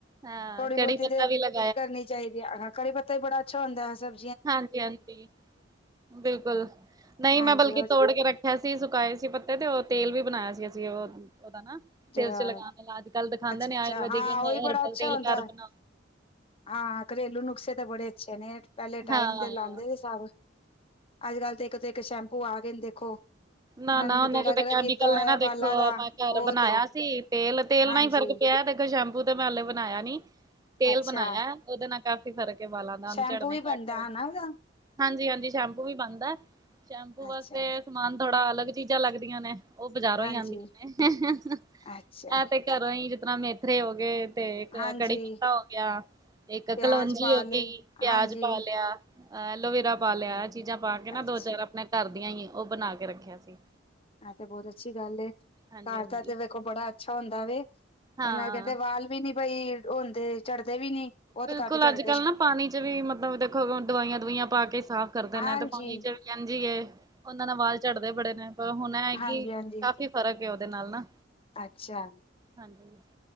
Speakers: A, on the right (about 20°); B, on the left (about 30°).
A: ਹਾਂ।
B: ਥੋੜ੍ਹੀ
A: ਕੜੀ
B: ਬਹੁਤੀ
A: ਪੱਤਾ
B: ਤੇ
A: ਵੀ ਲੱ
B: ਕਰਨੀ ਚਾਹੀਦੀ ਹੈ, ਘੜੀ ਪੱਤਾ ਵੀ ਬੜਾ ਅੱਛਾ ਹੁੰਦਾ ਹੈ, ਸਭ
A: ਹਾਂਜੀ-ਹਾਂਜੀ, ਬਿਲਕੁਲ ਨਹੀਂ
B: ਹਾਂਜੀ
A: ਮੈਂ ਬਲਕਿ
B: ਉਹ
A: ਤੋੜ ਕੇ ਰੱਖ ਛਸੀ ਸੁਕਾਏ ਸੀ, ਪੱਤੇ ਤੇ ਉਹ ਤੇਲ ਵੀ ਬਣਾਇਆ ਸੀ ਅਸੀਂ ਉਹ ਉਹਦਾ ਨਾ
B: ਜਿਹੜਾ
A: ਸਿਰ ਚ' ਲਗਾਉਣਾ, ਅੱਜ-ਕੱਲ੍ਹ ਤਾਂ ਖਾਂਦਾ
B: ਅੱਛਾ
A: ਨ
B: ਅੱਛਾ
A: ਆਯੁਰਵੈਦਿਕ
B: ਹਾਂ
A: ਹਰਬਲ
B: ਉਹੀ ਬੜਾ ਅੱਛਾ
A: ਤੇਲ
B: ਹੁੰਦਾ
A: ਘਰ ਬਣ,
B: ਹਾਂ ਘਰੇਲੂ ਨੁਸਖੇ ਤਾਂ ਬੜੇ ਅੱਛੇ ਨੇ, ਪਹਿਲੇ
A: ਹਾਂ
B: ਟਾਈਮ ਦੇ ਲਾਦੇ ਸੀ ਸਭ। ਅੱਜ-ਕੱਲ੍ਹ ਤੇ ਇੱਕ ਤੇ ਇੱਕ ਸ਼ੈਂਪੂ ਆ ਗਏ ਨੇ ਦੇਖੋ।
A: ਨਾ- ਨਾ
B: ਨੇ ਨਿਬੇੜਾ
A: ਉਹਨਾਂ ਚ'
B: ਵਗੈਰਾ
A: ਤੇ ਕੈਮੀਕਲ
B: ਕੀਤਾ ਹੋਇਆ
A: ਨੇ ਨਾ
B: ਬਾਲਾਂ
A: ਦੇਖੋ,
B: ਦਾ
A: ਆਪਾਂ ਘਰ
B: ਬਹੁਤ
A: ਬਣਾਇਆ ਸੀ ਤੇਲ। ਤੇਲ
B: ਹਾਂਜੀ
A: ਨਾਲ ਹੀ ਫ਼ਰਕ ਪਿਆ ਦੇਖੋ, ਸ਼ੈਂਪੂ ਤੇ ਮੈਂ ਹੇ ਬਣਾਇਆ ਨੀ, ਤੇਲ
B: ਅੱਛਾ
A: ਬਣਾਇਆ ਉਹਦੇ ਨਾਲ। ਕਾਫੀ ਫਰਕ ਹੈ ਬਾਲਾਂ ਦਾ, ਉਹਨੂੰ
B: ਸ਼ੈਂਪੂ
A: ਝੜਨੇ
B: ਵੀ ਬਣਦਾ
A: ਘੱਟ ਹੋ।
B: ਹਨਾ ਉਹਦਾ
A: ਹਾਂਜੀ-ਹਾਂਜੀ ਸ਼ੈਂਪੂ ਵੀ ਬਣਦਾ, ਸ਼ੈਂਪੂ ਵਾਸਤੇ
B: ਅੱਛਾ
A: ਸਮਾਨ ਥੋੜਾ ਅਲੱਗ ਚੀਜ਼ਾਂ ਲੱਗਦੀਆਂ, ਨੇ ਉਹ ਬਜ਼ਾਰੋਂ
B: ਹਾਂਜੀ
A: ਹੀ ਆਉਂਦੀਆਂ ਨੇ,
B: ਅੱਛਾ
A: ਤੇ ਘਰੋਂ ਹੀ ਜਿਤਰ ਮੇਥਰੇ ਹੋ ਗਏ। ਤੇ, ਇੱਕ
B: ਹਾਂਜੀ
A: ਕੜੀ ਪੱਤਾ ਹੋ ਗਿਆ, ਇੱਕ
B: ਪਿਆਜ
A: ਕਲੋਂਜੀ
B: ਪਾ
A: ਹੋ
B: ਲਏ
A: ਗਈ, ਪਿਆਜ
B: ਹਾਂਜੀ
A: ਪਾ ਲਿਆ। ਐਲੋਵੇਰਾ ਪਾ ਲਿਆ, ਐ ਚੀਜ਼ਾਂ ਪਾ ਕੇ ਨਾ
B: ਅੱਛਾ
A: ਦੋ-ਚਾਰ ਆਪਣੇ ਘਰ ਦੀਆਂ ਹੀ, ਉਹ ਬਣਾ ਕੇ ਰੱਖਿਆ ਸੀ।
B: ਐ ਤੇ ਬੋਤ ਅੱਛੀ ਗੱਲ ਏ,
A: ਹਾਂਜੀ-ਹਾਂਜੀ।
B: ਘਰ ਦਾ ਤੇ ਵੇਖੋ ਬੜਾ ਅੱਛਾ ਹੁੰਦਾ ਵੇ ਇਹਨਾਂ
A: ਹਾਂ।
B: ਕਹਿੰਦੇ ਵਾਲ ਵੀ ਨੀ ਬਈ, ਓ ਹੁੰਦੇ ਝੜ੍ਹਦੇ ਵੀ ਨੀ, ਬਹੁਤ
A: ਬਿਲਕੁਲ,
B: ਘੱਟ ਝੜਦੇ
A: ਅੱਜ ਕੱਲ੍ਹ
B: ਨੇ।
A: ਨਾ ਪਾਣੀ ਚ ਵੀ, ਮਤਲਬ ਦੇਖੋ, ਦਵਾਈਆਂ-ਦਵੁਈਆਂ ਪਾ ਕੇ ਸਾਫ਼ ਕਰਦੇ
B: ਹਾਂਜੀ
A: ਨੇ, ਤੇ ਪਾਣੀ ਚ ਵੀ ਯਜੀ ਏ, ਉਹਨਾਂ ਨਾ ਵਾਲ ਝੜਦੇ ਬੜੇ ਨੇ, ਪਰ ਹੁਣ ਐ ਈ
B: ਹਾਂਜੀ
A: ਕੀ,
B: ਹਾਂਜੀ
A: ਕਾਫੀ ਫਰਕ ਏ, ਉਹਦੇ ਨਾਲ ਨਾ,
B: ਅੱਛਾ।
A: ਹਾਂਜੀ।